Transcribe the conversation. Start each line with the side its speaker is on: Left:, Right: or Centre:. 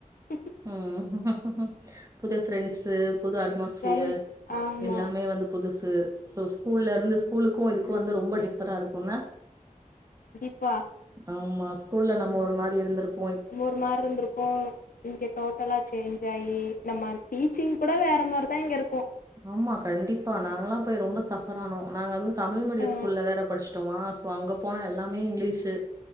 Left: உ
Right: உம் புது ஃப்ரெண்ட்ஸூ புது அட்மாஸ்பியர்
Left: ரன் ஆமா
Right: எல்லாமே வந்து புதுசு ஸோ ஸ்கூல்ல இருந்து ஸ்கூலுக்கு இதுக்கு வந்து ரொம்ப டிஃபரா இருக்குன்ன?
Left: வா
Right: ஆமா ஸ்கூல்ல நம்ம ஒரு மாரி இருந்திருப்
Left: ஒரு மாரி இருந்திருக்கோ இங்க டோட்டலா சேஞ்ச் ஆயி நம்ம டீச்சிங் கூட வேற ற மாரிதா இங்க இருக்கோ
Right: ஆமா கண்டிப்பா நாங்கல்லா போய் ரொம்ப சஃபர் ஆனோ நாங்க அதுவு தமிழ் மீடியம்
Left: ஆ
Right: ஸ்கூல்ல வேற படிச்சிட்டோமா இப்போ அங்க போனா எல்லாமே இங்லீஷு